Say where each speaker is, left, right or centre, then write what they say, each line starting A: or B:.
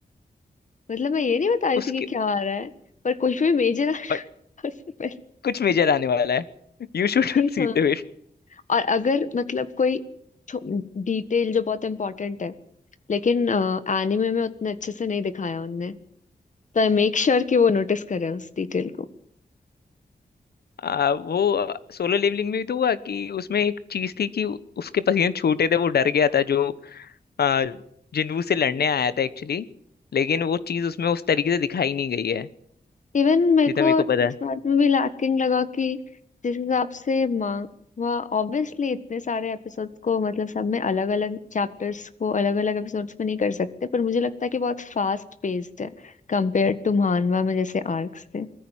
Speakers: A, on the left; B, on the left.
A: मतलब मैं ये नहीं बता रही
B: उसके
A: थी कि क्या आ रहा है पर कुछ भी मेजर <laughs> आने
B: बट
A: से पहले
B: कुछ मेजर आने वाला है You should
A: कि
B: see
A: हाँ
B: the it
A: और अगर मतलब कोई डिटेल जो बहुत इम्पोर्टेंट है लेकिन एनिमे में उतने अच्छे से नहीं दिखाया उनने तो आई मेक श्योर कि वो नोटिस करे उस डिटेल को
B: <laughs> आ, वो सोलो लेवलिंग में भी तो हुआ कि उसमें एक चीज थी कि उसके पसीने छूटे थे वो डर गया था जो आ, जिन्नू से लड़ने आया था एक्चुअली लेकिन वो चीज उसमें उस तरीके से दिखाई नहीं गई है
A: इवन मेरे
B: जितना
A: को
B: मेरे को पता
A: इस
B: है
A: बात में भी लैकिंग लगा कि जिस हिसाब से मांगवा ऑब्वियसली इतने सारे एपिसोड्स को मतलब सब में अलग अलग चैप्टर्स को अलग अलग एपिसोड्स में नहीं कर सकते पर मुझे लगता है कि बहुत फास्ट पेस्ड है कंपेयर टू मानवा में जैसे आर्क्स थे